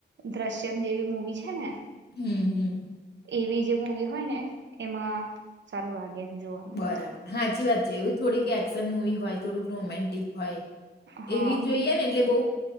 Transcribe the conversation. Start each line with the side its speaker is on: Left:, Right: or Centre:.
Right: દ્રશ્યમ જેવી મૂવી છે ને
Left: હમ હમ
Right: એવી જે મૂવી હોય ને એમાં સારું લાગે જવામા
Left: બરાબર હાચી વાત છે એવું થોડી કે એક્શન મુવી હોય થોડું રોમેન્ટિક હોય
Right: હા
Left: એવી જ જોઈએ ને એટલે બોવ